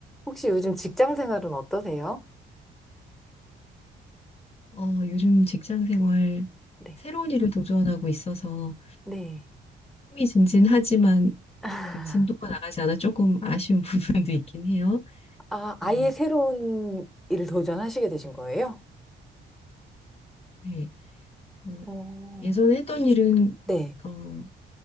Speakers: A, in the centre; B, on the left (about 30°).
A: 혹시 요즘 직장 생활은 어떠세요?
B: 어, 요즘 직장 생활
A: 네.
B: 새로운 일을 도전하고 있어서
A: 네.
B: 흥미진진하지만
A: <laughs>
B: 그 진도가 나가지 않아 조금 아쉬운 <laughs> 부분도 있긴 해요.
A: 아, 아예
B: 음,
A: 새로운 일을 도전하시게 되신 거예요?
B: 네. 어,
A: 어,
B: 예전에 했던 일은
A: 네.
B: 어,